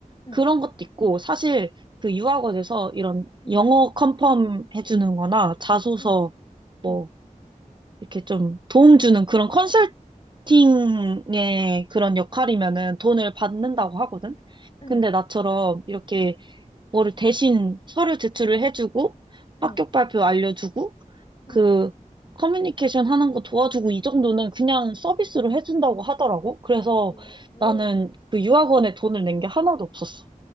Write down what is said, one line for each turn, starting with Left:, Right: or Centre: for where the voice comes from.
Left: 응,
Right: 그런 것도 있고, 사실 그 유학원에서 이런
Left: 응,
Right: 영어 컨펌 해주는 거나 자소서
Left: 응,
Right: 뭐,
Left: 응.
Right: 이렇게 좀 도움 주는 그런
Left: 아,
Right: 컨설팅의 그런 역할이면은 돈을 받는다고 하거든?
Left: 응,
Right: 근데 나처럼 이렇게 뭐를 대신 서류 제출을
Left: 응,
Right: 해주고,
Left: 응,
Right: 합격 발표 알려주고,
Left: 응.
Right: 그 커뮤니케이션 하는 거 도와주고 이 정도는 그냥 서비스로
Left: 어,
Right: 해준다고 하더라고. 그래서
Left: 오,
Right: 나는 그 유학원에 돈을 낸 게 하나도 없었어.